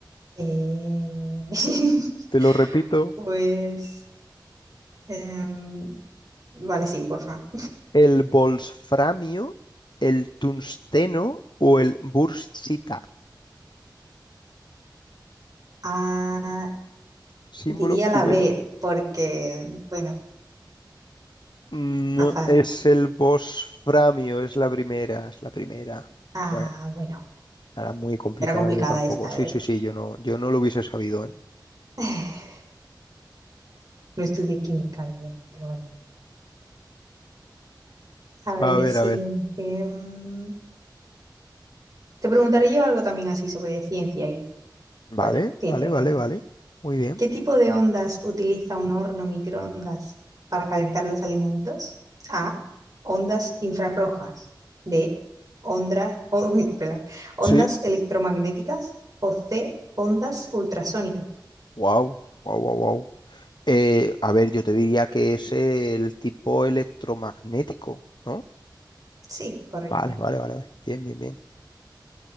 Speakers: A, on the right; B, on the left.
A: eh, <laughs>
B: Te lo repito,
A: Pues, em, vale, sí, porfa.
B: el bolsframio, el tungsteno o el bursita,
A: Ah,
B: símbolo
A: diría la
B: W.
A: B, porque, bueno,
B: No,
A: azar.
B: es el bosframio, es la primera, es la primera.
A: Ah,
B: Bueno.
A: bueno.
B: Era muy complicada,
A: Era complicada
B: yo tampoco.
A: esta,
B: Sí,
A: ¿eh?
B: sí, sí, yo no, yo no lo hubiese sabido, ¿eh?
A: <laughs> No estudié química yo, pero bueno. A ver,
B: A ver,
A: siguiente.
B: a ver.
A: Mm, Te preguntaré yo algo también así sobre ciencia y,
B: Vale,
A: bueno, ciencia
B: vale,
A: en
B: vale,
A: general.
B: vale. Muy bien.
A: ¿Qué tipo de ondas utiliza un horno microondas para calentar los alimentos? A. Ondas infrarrojas. B. Ondas, <laughs> uy, perdón, ondas
B: Sí.
A: electromagnéticas. O C. Ondas ultrasónicas.
B: Wow, wow, wow, wow. Eh, a ver, yo te diría que es el tipo electromagnético, ¿no?
A: Sí, correcto.
B: Vale, vale, vale, vale. Bien, bien, bien.